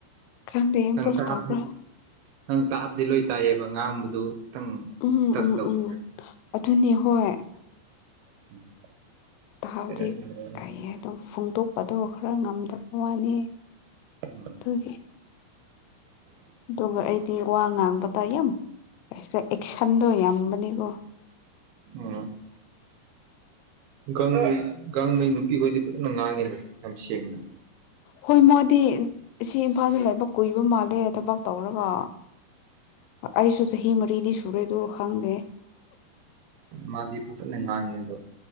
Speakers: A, on the left; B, on the right.
A: ꯈꯪꯗꯦ ꯏꯝꯄ꯭ꯔꯨꯚ
B: ꯅꯪꯥꯗꯤ
A: ꯇꯧꯕ꯭ꯔꯥ
B: ꯅꯪ ꯇꯥꯕꯗꯤ ꯂꯣꯏ ꯇꯥꯏꯌꯦꯕ ꯑꯥꯡꯕꯗꯤ ꯑꯗꯨ ꯈꯤꯇꯪ
A: ꯎꯝ
B: ꯏꯁꯇꯛ
A: ꯎꯝ
B: ꯇꯧꯋ
A: ꯎꯝ ꯑꯗꯨꯅꯤ ꯍꯣꯏ
B: ꯎꯝ
A: ꯇꯍꯥꯎꯗꯤ
B: ꯍꯩꯔꯅꯤ ꯍꯩꯔꯅꯤ
A: ꯀꯩ ꯍꯥꯏꯗꯣ ꯐꯣꯡꯗꯣꯛꯄꯗꯣ ꯈꯔ ꯉꯝꯗꯕ ꯋꯥꯅꯤ
B: ꯎꯝ
A: ꯊꯦ ꯑꯗꯨꯒ ꯑꯩꯗꯤ ꯋꯥ ꯉꯥꯡꯕ ꯇ ꯌꯥꯝ ꯑꯦꯁꯟꯗꯣ ꯌꯥꯕꯅꯤꯀꯣ
B: ꯎꯝ ꯒꯥꯡꯉꯩ ꯒꯥꯡꯉꯩ ꯅꯨꯄꯤꯈꯣꯏꯗꯤ ꯐꯖꯅ ꯉꯥꯡꯉꯤꯗ ꯌꯥꯝ ꯁꯦꯡꯅ
A: ꯍꯣꯏ ꯃꯥꯗꯤ ꯁꯤ ꯏꯝꯐꯥꯜꯗ ꯂꯥꯏꯕꯛ ꯀꯨꯏꯕ ꯃꯥꯜꯂꯦ ꯊꯕꯛ ꯇꯧꯔꯒ ꯑꯩꯁꯨ ꯆꯍꯤ ꯃꯔꯤꯗꯤ ꯁꯨꯔꯦ ꯑꯗꯨ ꯈꯪꯗꯦ
B: ꯃꯥꯗꯤ ꯐꯖꯅ ꯉꯥꯡꯉꯦ ꯑꯗꯣ